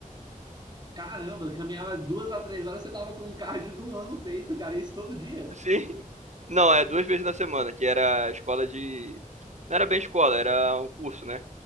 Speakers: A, on the right; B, on the right.
A: Caramba, caminhava duas a três horas, você tava com um cardio do ano feito, cara. Isso todo dia.
B: <laughs> Sim. Não, é duas vezes na semana, que era a escola de. Não era bem escola, era um curso, né?